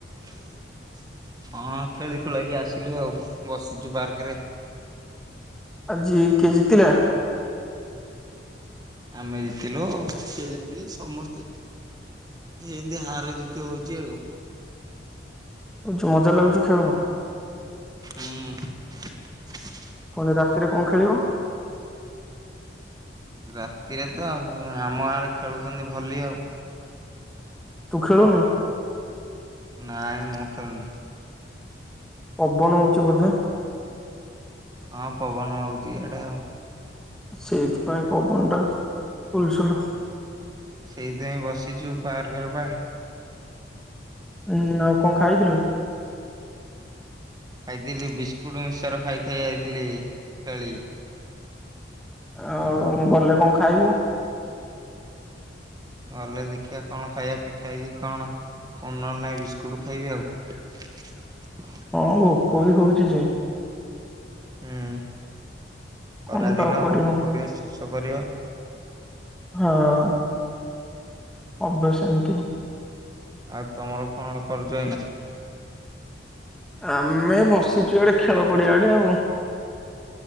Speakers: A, on the right (about 20°); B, in the centre.
A: ଅଁ, ଖେଳି ଖୁଳାଇକି ଆସିଲୁ ଆଉ, ବସିଚୁ ପାର୍କରେ।
B: ଆଜି କିଏ ଜିତିଲା?
A: ଆମେ ଜିତିଲୁ, ସିଏ ଜିତିଲେ, ସମସ୍ତେ ଖେ ଏମତି ହାର ଜିତି ହୋଉ ଯେଳୁ
B: ଯୋଉ ମଜା ଲାଗୁଛି ଖେଳ।
A: ହୁଁ-ଉଁ <unintelligible>
B: ଫେରେ ରାତିରେ କଣ ଖାଇବ? <inaudible>
A: ରାତିରେ ତ ଆଉ, ଆମ ଗାଁରେ ଖେଳୁଚନ୍ତି ଭଲି ଆଉ।
B: ତୁ ଖେଳୁନୁ?
A: ନାଇଁ, ମୁଁ ଖେଳୁ ନେଇଁ।
B: ପବନ ହୋଉଛି ବୋଧେ?
A: ହଁ, ପବନ ହୋଉଛି ଇଆଡେ ଆଉ।
B: ହଁ, ସେଇଥିପାଇଁ ପବନ ଟାର ସୁଲୁ ସୁଲୁ।
A: ସେଇତି ପାଇଁ, ବସିଚୁ ପାର୍କ ରେ ପା।
B: ଉଁ-ଉଁ, ଆଉ କଅ ଖାଇଥିଲୁ? <inaudible>
A: ଖାଇଥିଲି ବିସ୍କୁଟ ମିକସଚର ଖାଇ-ଖାଇ ଆଇଥିଲି <inaudible> ଖେଳି।
B: ଆ-ଆ-ଆଉ ଗଲେ କଅ ଖାଇବୁ?
A: ଗଲେ ଦେଖିଆ କଣ ଖାଇବା, ପିଠା କି କଣ, ଫୁଣି ନ ହେଲେ ନାଇଁ ବିସ୍କୁଟ ଖାଇବି ଆଉ। <inaudible>
B: ହଁ ଭୋକ ବି ହୋଉଚି ଯେ।
A: ଉଁ-ଉଁ। ଖାରାଦିନ
B: କଣ ବା ଆଉ କରିବୁ
A: ଭୋକ କରବ ସିଓ-ସିଓ କରିଅ।
B: ହଁ-ଅଁ। ଅଭ୍ୟାସ ଏମତି।
A: ଆଉ ତମର କଣ କରୁଚ ଏଇନେ?
B: ଆ-ମ୍-ମେ, ବସିଚୁ ଏଆଡେ, ଖେଳ ପଡିଆ ଆଡେ ଆଉ। <inaudible>